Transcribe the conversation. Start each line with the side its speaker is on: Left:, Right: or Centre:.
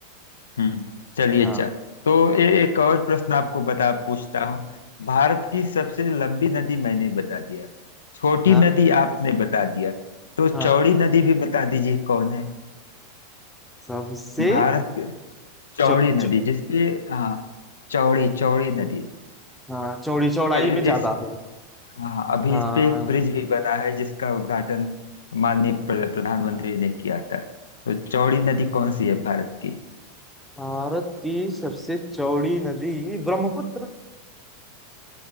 Left: हम्म, चलिए
Centre: हाँ
Left: अच्छा तो ए, एक और प्रश्न आपको बता पूछता हूँ भारत की सबसे लंबी नदी मैंने बता दिया छोटी
Centre: हाँ
Left: नदी आपने बता दिया तो
Centre: हाँ
Left: चौड़ी नदी भी बता दीजिए कौन है
Centre: सबसे
Left: भारत के- चौड़ी
Centre: चौ,
Left: नदी
Centre: चौ,
Left: जिसपे हाँ चौड़ी चौड़ी नदी
Centre: हाँ, चौड़ी चौड़ाई
Left: और
Centre: में
Left: इस
Centre: ज्यादा हो
Left: हाँ अभी
Centre: हाँ
Left: इस पे एक ब्रिज भी बना है जिसका उद्घाटन माननीय प्र- प्रधानमंत्री ने किया था तो चौड़ी नदी कौन सी है भारत की
Centre: भारत की सबसे चौड़ी नदी ब्रह्मपुत्र